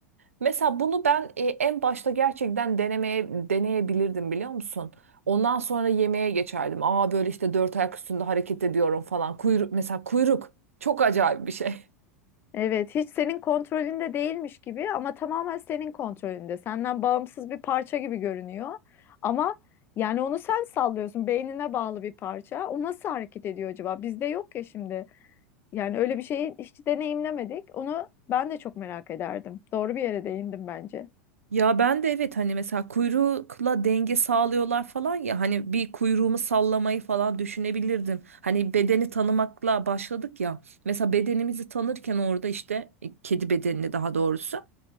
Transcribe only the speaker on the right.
Mesela bunu ben e, en başta gerçekten denemeye deneyebilirdim biliyor musun? Ondan sonra yemeğe geçerdim. Aa böyle işte dört ayak üstünde hareket ediyorum falan. Kuyruk mesela kuyruk çok acayip bir şey.
Ya ben de evet hani mesela kuyrukla denge sağlıyorlar falan ya hani bir kuyruğumu sallamayı falan düşünebilirdim. Hani bedeni tanımakla başladık ya. Mesela bedenimizi tanırken orada işte e, kedi bedenini daha doğrusu